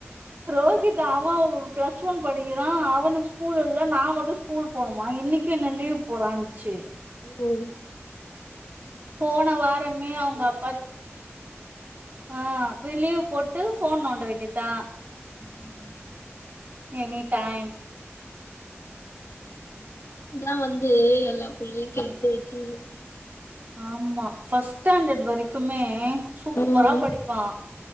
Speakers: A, on the right; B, on the left.
A: ரோஹித் அவ பிளஸ் ஒன் படிக்கிறா அவனுக்கு ஸ்கூல் இல்ல நா மட்டு ஸ்கூல் போணுமா இன்னைக்கு என்ன லீவ் போடான்ச்சு.
B: ம்
A: போ ன வாரமே
B: லீவ்
A: அவங்க
B: போட்டு
A: அப்பா ஆ வி லீவ் போட்டு ஃபோன் நோண்ட வேண்டியதுதா.
B: ம்
A: எனி டைம்
B: இந்த ஃபோன்தா வந்து எல்லா புள்ளையு கெடுத்து வச்சுர்க்கு.
A: ஆமா ஃபர்ஸ்ட் ஸ்டாண்டர்ட் வரைக்குமே சூப்பரா
B: ம்
A: படிப்பா.